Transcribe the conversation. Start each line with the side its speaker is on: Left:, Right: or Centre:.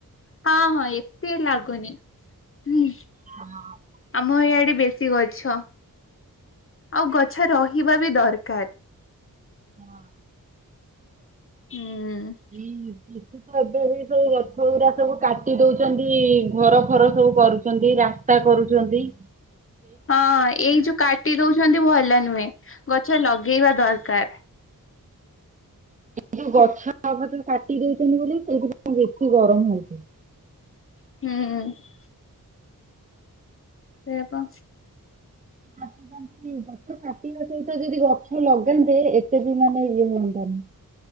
Left: ହଁ ହଁ ଏତେ ଲାଗୁନି ହୁ।
Right: ହଁ ହଁ।
Left: ଆମ ଇଆଡେ ବେଶୀ ଗଛ ଆଉ ଗଛ ରହିବା ବି ଦରକାର।
Right: ହଁ।
Left: ହୁଁ।
Right: ହୁଁ ହୁଁ। <unintelligible> ବି ସବୁ ରଥଗୁରା ସବୁ କାଟି ଦଉଚନ୍ତି ଘର ଫର ସବୁ କରୁଚନ୍ତି ରା ସ୍ତା କରୁଚନ୍ତି।
Left: ହଁ ଏଇ ଯୋଉ କାଟି ଦଉଛନ୍ତି ଭଲ ନୁହେଁ ଗଛ ଲଗେଇବା ଦରକାର।
Right: ଏଇ ଯୋଉ ଗଛ ଫଛ କାଟି ଦଉଚନ୍ତି ବୋଲି ସେଇଥିପାଇଁ ବେଶି ଗରମ ହଉଚି।
Left: ହୁଁ। ସେଇଆ ପା।
Right: କାଟୁଛନ୍ତି ଗଛ କାଟିବା ସହିତ ଯଦି ଗଛ ଲଗାନ୍ତେ ଏତେ ବି ମାନେ ଇଏ ହୁଅନ୍ତାନି।